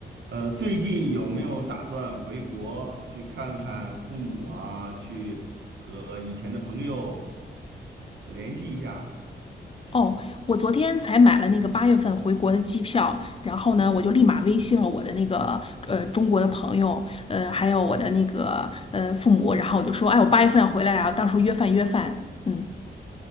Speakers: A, on the right (about 80°); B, on the left (about 30°).
A: 呃，最近有没有打算回国去看看父母啊？去和以前的朋友呃联系一下？
B: 哦，我昨天才买了那个八月份回国的机票，然后呢，我就立马微信了我的那个呃中国的朋友，呃，还有我的那个呃父母，然后我就说，哎，我八月份要回来啊，到时候约饭约饭。嗯，